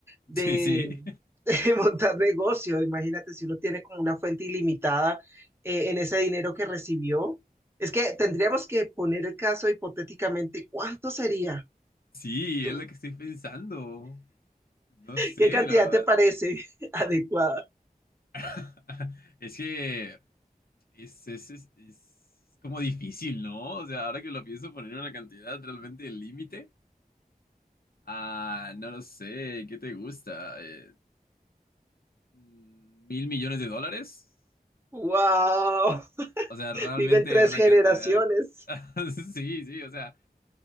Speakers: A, on the right; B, on the left.
A: de,
B: Sí, sí,
A: <laughs> de montar negocio. Imagínate si uno tiene como una fuente ilimitada eh, en ese dinero que recibió. Es que tendríamos que poner el caso hipotéticamente, ¿cuánto sería?
B: sí,
A: ¿Tú-
B: es lo que estoy pensando. No sé,
A: ¿Qué cantidad
B: la verdad.
A: te parece <laughs> adecuada?
B: <laughs> Es que... Es, es, es, es como difícil, ¿no? O sea, ahora que lo pienso poner una cantidad realmente el límite. Ah, no lo sé, ¿qué te gusta? Eh, mm, ¿mil millones de dólares?
A: ¡Wow!
B: O sea, realmente
A: Viven tres
B: una
A: generaciones.
B: cantidad. <laughs> Sí, sí, o sea,